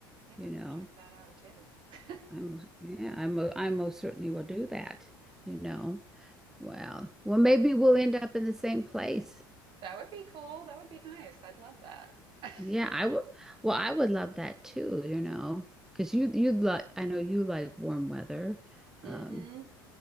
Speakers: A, on the right; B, in the centre.
A: Yeah.
B: you know.
A: Check that out too. <laughs>
B: I'm yeah, I'm I most certainly will do that, you know. Well, well maybe we'll end up in the same place.
A: That would be cool. That would be nice. I'd love that. <laughs>
B: Yeah, I would well, I would love that too, you know, because you you like I know you like warm weather. Um
A: mm Mhm.